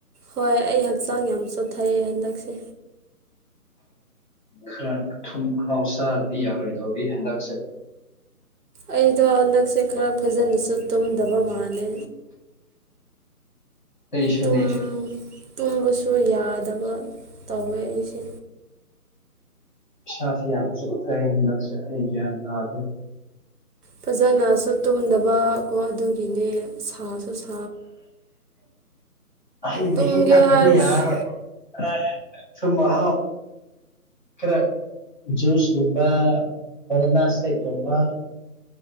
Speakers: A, on the right; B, on the left.
A: ꯍꯣꯏ ꯑꯩ ꯍꯛꯆꯥꯡ ꯌꯥꯝ ꯆꯣꯠꯊꯩꯑꯦ ꯍꯟꯗꯛꯁꯦ
B: ꯈꯔ ꯑꯊꯨꯝ ꯃꯍꯥꯎ ꯆꯥꯗꯗꯤ ꯌꯥꯔꯣꯏꯗꯧꯔꯤ ꯍꯟꯗꯛꯁꯦ
A: ꯑꯩꯗꯣ ꯍꯟꯗꯛꯁꯦ ꯈꯔ ꯐꯖꯅꯁꯨ ꯇꯨꯝꯗꯕ ꯃꯥꯜꯂꯦ
B: ꯑꯩꯁꯨꯅꯦ
A: ꯇꯨꯝ ꯇꯨꯝꯕꯁꯨ ꯌꯥꯗꯕ ꯇꯧꯋꯦ ꯑꯩꯁꯦ
B: ꯏꯁꯥꯁꯦ ꯌꯥꯝ ꯆꯣꯛꯊꯩ ꯍꯟꯗꯛꯁꯦ ꯑꯩ ꯒ꯭ꯌꯥꯟ ꯇꯥꯗ꯭ꯔꯦ
A: ꯐꯖꯅꯁꯨ ꯇꯨꯝꯗꯕ ꯀꯣ ꯑꯗꯨꯒꯤꯅꯦ ꯁꯥꯁꯨ ꯁꯥ
B: ꯑ ꯍꯩ
A: ꯇꯨꯝꯒꯦ
B: ꯃꯍꯤ ꯊꯛꯇ꯭ꯔꯗꯤ
A: ꯍꯥꯏꯔꯁꯨ
B: ꯌꯥꯔꯔꯣꯏ ꯍꯣꯏ ꯑꯊꯨꯝ ꯑꯍꯥꯎ ꯈꯔ ꯖꯨꯁ ꯒꯨꯝꯕ ꯕꯅꯥꯅꯥ ꯁꯦꯛ ꯒꯨꯝꯕ